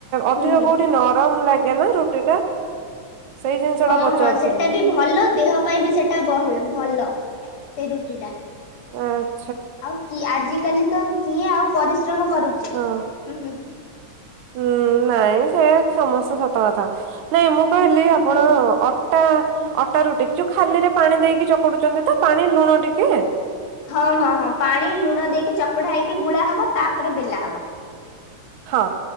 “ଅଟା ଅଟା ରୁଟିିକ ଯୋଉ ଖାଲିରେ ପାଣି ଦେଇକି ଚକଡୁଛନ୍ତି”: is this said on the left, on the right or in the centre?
Right